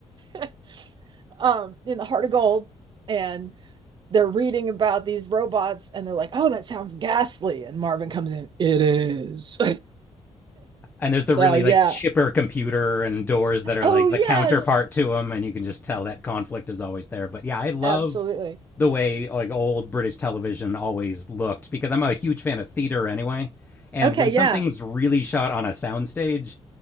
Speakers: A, on the right; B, on the left.
A: <laughs> um, in the Heart of Gold, and they're reading about these robots, and they're like, "Oh, that sounds ghastly." And Marvin comes in. It is.
B: and there's the
A: <laughs> so
B: really
A: yeah.
B: like chipper computer and doors that are
A: Oh
B: like the
A: yes,
B: counterpart to them and you can just tell that conflict is always there but yeah i love
A: absolutely.
B: the way like old british television always looked because i'm a huge fan of theater anyway and
A: Okay,
B: when
A: yeah.
B: something's really shot on a soundstage